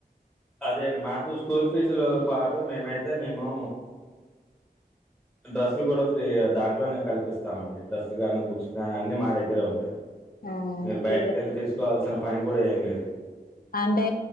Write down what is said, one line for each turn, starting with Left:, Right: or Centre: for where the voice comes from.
Centre: అదే అండి మాకు స్కూల్ ఫీజులతో పాటు మేమైతే మేము డ్రెస్లు కూడా ఫ్రీ దాంట్లోనే కల్పిస్తామండి డ్రెస్లు గానీ బుక్స్ కానీ అన్ని మా దగ్గరే ఉంటాయి
Left: ఆ
Centre: మీరు
Left: స్కూల్
Centre: బయటికి వెళ్ళి తీసుకోవాల్సిన పని కూడా ఏం లేదు
Left: అంటే